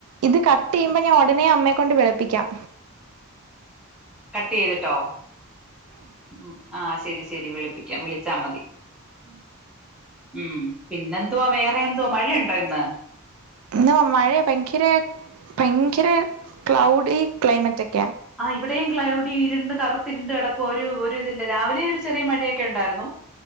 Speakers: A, on the right; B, in the centre.
A: ഇത് കട്ട് ചെയ്യുമ്പോ ഞാൻ ഉടനെ അമ്മയെ കൊണ്ട്‌ വിളിപ്പിക്കാം
B: കട്ട് ചെയ്തിട്ടോ ഉം ആ ശരി ശരി ശരി വിളിപ്പിക്കാം വിളിച്ചാ മതി ഉം പിന്നെന്തുവാ വേറെന്തുവാ മഴയുണ്ടോ ഇന്ന്
A: പിന്നോ മഴയെ ഭയങ്കരെ ഭയങ്കരെക്ലൗഡി ക്ലൈമറ്റ്ക്കെ
B: ആ ഇവിടെയും ക്ലൗഡി ണ്ട് കറുത്തിരുണ്ട്ക്കിടക്കുവാ ഒരു ഒരു ഇതില്ല രാവിലെ ഒരു മഴയെക്കെ ഉ ണ്ടായിരുന്നു